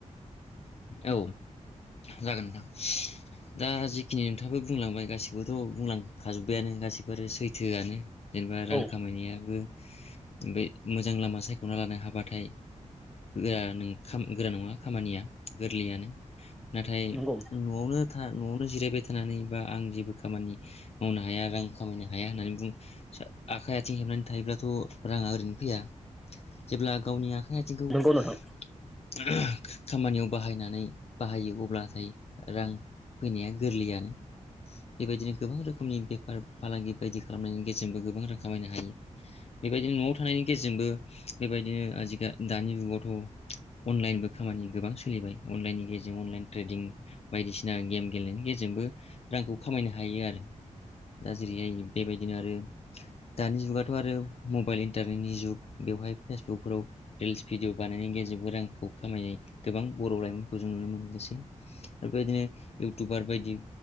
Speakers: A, on the left; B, in the centre.
A: औ जागोन नोंथां। दा जिखिनि खोथाबो बुंलांबाय गासिबोथ' बुंलांखाजोब्बायानो गासिबो आरो सैथोआनो जेनेबा रां
B: औ
A: खामायनायाबो ओमफ्राय मोजां लामा सायख'ना लानो हाबाथाय गोरा नों गोरा नङा खामानिया गोरलैयानो नाथाय
B: नंगौ
A: न'आवनो न'आवनो जिरायबाय थानानै बा आं जेबो खामानि मावनो हाया रां खामायनो हाया होननानै बुं आखाइ आथिं हेबनानै थायोब्लाथ' राङा ओरैनो फैया। जेब्ला गावनि आख खाय आथिंखौ
B: नंगौ नोंथां
A: <inaudible> खामानियाव बाहायनानै बाहायो अब्लाथाय रां फैनाया गोरलैयानो बेबायदिनो गोबां रोखोमनि बेफार फालांगि बायदि खालामनायनि गेजेरजोंबो गोबां रां खामायनो हायो बेबायदिनो न'आव थानायनि गेजेरजोंबो बेबायदिनो आजिखा दानि जुगावथ' अनलाइनबो खामानि गोबां सोलिबाय अनलाइननि गेजेरजों अनलाइन ट्रेडिं बायदिसिना गेम गेलेनायनि गेजेरजोंबो रांखौ खामायनो हायो आरो दा जेरैहाय बेबायदिनो आरो दानि जुगाथ' आरो मबाइल इन्टारनेटनि जुग बेवहाय फेसबुकफोराव रिल्स भिडिअ बानायनायनि गेजेरजोंबो रांखौ खामायनाय गोबां बर' लाइमोनफोरखौ जों नुनो मोननोसै आरो बेबायदिनो इउटुबार बायदि